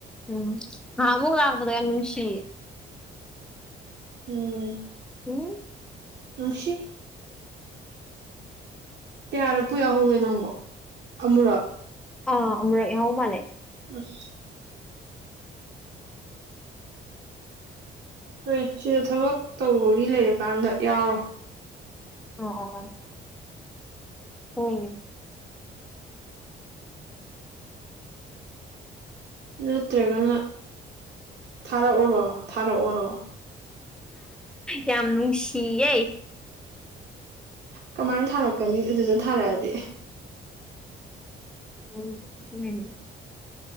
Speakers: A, in the centre; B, on the right.
A: ꯎꯝ ꯉꯍꯥꯟꯃꯨꯛ ꯂꯥꯛꯄꯗꯨ ꯌꯥꯝꯅꯨꯡꯁꯤꯌ‌ꯦ
B: ꯎꯝ
A: ꯍꯨꯡ
B: ꯅꯨꯡꯁꯤ ꯀꯌꯥꯔꯛ ꯄꯨꯜꯍꯧꯒꯦ ꯅꯪꯕꯣ ꯑꯃꯨꯔꯛ
A: ꯑꯥ ꯑꯃꯨꯔꯛ ꯌꯍꯥꯎ ꯃꯥꯅꯦ
B: ꯑꯁ ꯍꯣꯏ ꯁꯤꯗ ꯊꯕꯛ ꯇꯧꯕꯒꯤ ꯂꯩꯔꯀꯥꯟꯗ ꯌꯥꯎꯔꯣ
A: ꯑꯣ ꯑꯣ ꯑꯣ ꯍꯣꯏ
B: ꯅꯠꯇ꯭ꯔꯥꯒꯅ ꯊꯥꯔꯛꯎꯔꯣ ꯊꯥꯔꯛꯎꯔꯣ
A: ꯌꯥꯝ ꯅꯨꯡꯁꯤꯌꯦ
B: ꯀꯃꯥꯏꯅ ꯊꯥꯔꯛꯀꯅꯤ ꯑꯗꯨꯗ ꯊꯥꯔꯛꯑꯗꯤ
A: ꯑꯣ ꯎꯝ <unintelligible>